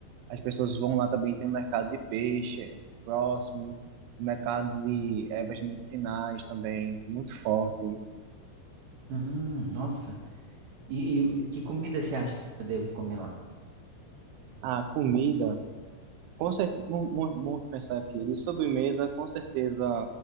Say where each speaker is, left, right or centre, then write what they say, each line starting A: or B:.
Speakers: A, on the right; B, on the right.
A: As pessoas vão lá também, tem um mercado de peixe próximo, um mercado de ervas medicinais também, muito forte.
B: Hum, nossa. E, e o- que comida você acha que eu devo comer lá?
A: A comida, com cer- mu- mu- vamos pensar aqui, de sobremesa, com certeza